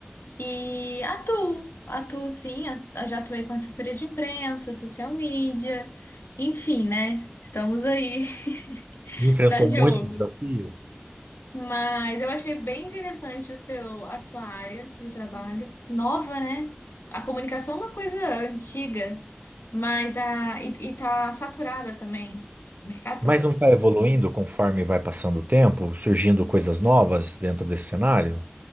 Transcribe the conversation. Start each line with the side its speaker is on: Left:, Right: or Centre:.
Left: e atuo, atuo sim, a- já atuei com assessoria de imprensa, social media, enfim, né? Estamos aí <laughs>
Right: enfrentou
Left: para jogo.
Right: muitos desafios,
Left: Mas eu achei bem interessante o seu, a sua área de trabalho, nova, né? A comunicação é uma coisa antiga, mas a, e, e tá saturada também. O mercado
Right: mas
Left: tá
Right: não está evoluindo conforme vai passando o tempo, surgindo coisas novas dentro desse cenário?